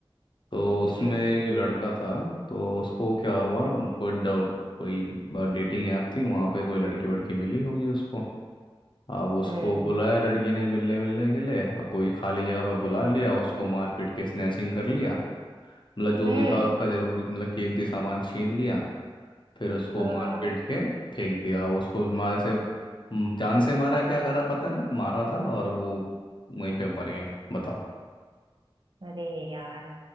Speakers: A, on the left (about 55°); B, on the right (about 55°).
A: तो उसमें
B: हम्म
A: एक लड़का था तो उसको क्या हुआ
B: हम्म
A: उनको डब कोई डेटिंग ऐप थी वहाँ पे कोई लड़की वड़की मिली होगी उसको अब उसको
B: हम्म
A: बुलाया लड़की ने मिलने मिलने के लिए अब कोई खाली जगह पे बुला
B: हम्म
A: लिया उसको मारपीट के स्नैचिंग कर लिया मतलब जो
B: हम्म,
A: भी था उसका जरूर मतलब कीमती सामान छीन लिया फिर उसको
B: हाँ
A: मारपीट के फेंक दिया उसको मार से म, जान से मारा क्या करा पता नहीं मारा था और वो वहीं पे मर गया बताओ
B: अरे यार